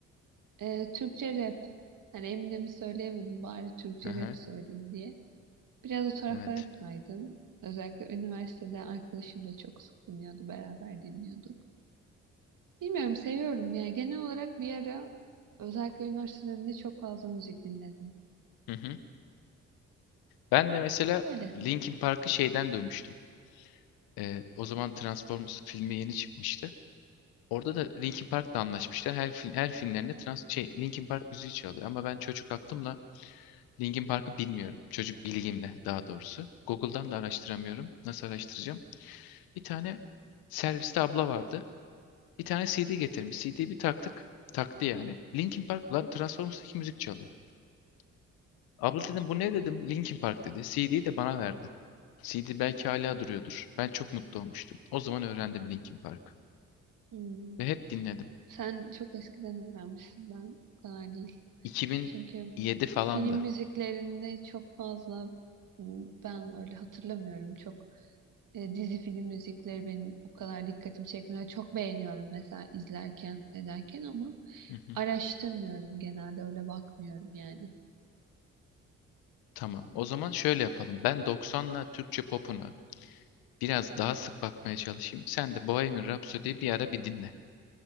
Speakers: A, on the right; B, on the left.
A: e, Türkçe rap. Hani Eminem'i söyleyemedim bari Türkçe
B: Hı hı,
A: rap söyleyeyim diye. Biraz o taraflara
B: evet.
A: kaydım. Özellikle üniversitede arkadaşım da çok sık dinliyordu. Beraber dinliyorduk. Bilmiyorum seviyorum yani. Genel olarak bir ara özellikle üniversite döneminde çok fazla müzik dinledim.
B: Hı hı. Ben de mesela
A: Öyle.
B: Linkin Park'ı şeyden duymuştum. Ee, o zaman Transformers filmi yeni çıkmıştı. Orada da Linkin Park'la anlaşmışlar. Her film, her filmlerinde trans şey Linkin Park müziği çalıyor ama ben çocuk aklımla Linkin Park'ı bilmiyorum. Çocuk bilgimle daha doğrusu. Google'dan da araştıramıyorum. Nasıl araştıracağım? Bir tane serviste abla vardı. Bir tane CD getirmiş. CD'yi bir taktık. Taktı yani. Linkin Park lan Transformers'taki müzik çalıyor. Abla dedim bu ne dedim. Linkin Park dedi. CD'yi de bana verdi. CD belki hala duruyordur. Ben çok mutlu olmuştum. O zaman öğrendim Linkin Park'ı.
A: Hmm.
B: Ve hep dinledim.
A: Sen çok eskiden öğrenmişsin ben. O kadar değil.
B: 2007
A: Çünkü mm,
B: falandı.
A: film müziklerini çok fazla mm, ben öyle hatırlamıyorum. Çok e, dizi film müzikleri benim o kadar dikkatimi çekmiyor. Çok beğeniyorum mesela izlerken ederken ama
B: Hı hı.
A: Araştırmıyorum genelde öyle bakmıyorum yani.
B: Tamam. O zaman şöyle yapalım. Ben 90'la Türkçe popuna biraz daha sık bakmaya çalışayım. Sen de Bohemian Rhapsody'yi bir ara bir dinle.